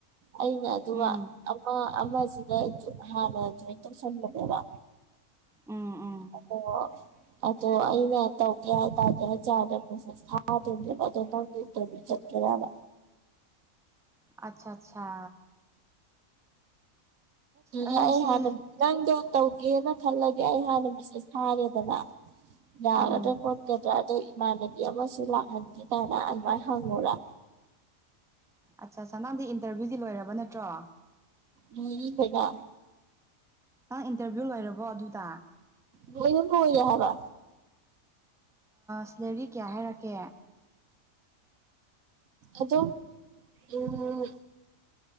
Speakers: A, on the right; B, in the centre.
A: ꯑꯩꯅ ꯑꯗꯨꯒ
B: ꯎꯝ
A: ꯑꯃ ꯑꯃꯁꯤꯗ ꯍꯥꯟꯅ ꯖꯣꯏꯟ ꯇꯧꯁꯟꯕꯅꯦꯕ
B: ꯑ ꯎ
A: ꯑꯗꯣ ꯑꯗꯣ ꯑꯩꯅ ꯇꯧꯒꯦ ꯍꯥꯏꯇꯥꯔꯗꯤ ꯆꯥꯗ ꯊꯥꯗꯗ꯭ꯔꯕ ꯑꯗꯣ ꯅꯪ ꯆꯠ ꯀꯗ
B: ꯑꯆꯥ ꯑꯆꯥ ꯑꯩꯁꯦ
A: ꯍ ꯍꯥꯟ ꯅꯪꯗ ꯇꯧꯒꯦꯅ ꯈꯜꯂꯒꯦ ꯑꯩ ꯍꯥꯟꯅ ꯃꯦꯁꯦꯁ ꯊꯥꯔꯦꯗꯅ ꯌꯥꯒꯗ꯭ꯔꯥ
B: ꯎꯝ
A: ꯈꯣꯠꯀꯗ꯭ꯔꯥ ꯑꯗꯣ ꯏꯃꯥꯟꯅꯕꯤ ꯑꯃꯁꯨ ꯂꯥꯛꯍꯟꯒꯦꯗꯅ ꯑꯗꯨꯃꯥꯏꯅ ꯍꯪꯉꯨꯔ
B: ꯑꯠꯆꯥ ꯑꯆꯥ ꯅꯪꯗꯤ ꯏꯟꯇꯔꯚꯤꯌꯨꯗꯤ ꯂꯣꯏꯔꯕ ꯅꯠꯇ꯭ꯔꯣ
A: ꯎꯝ ꯍꯗ
B: ꯅꯪ ꯏꯟꯇꯔꯚꯤꯌꯨ ꯂꯩꯔꯕꯣ ꯑꯗꯨꯗ
A: ꯂꫭꯏꯅꯥ ꯂꫭꯏꯔ‌ꯦ ꯍꯥꯏꯕ
B: ꯁꯦꯂꯦꯔꯤ ꯀꯌꯥ ꯍꯥꯏꯔꯛꯀꯦ
A: ꯑꯗꯨꯝ ꯎꯝ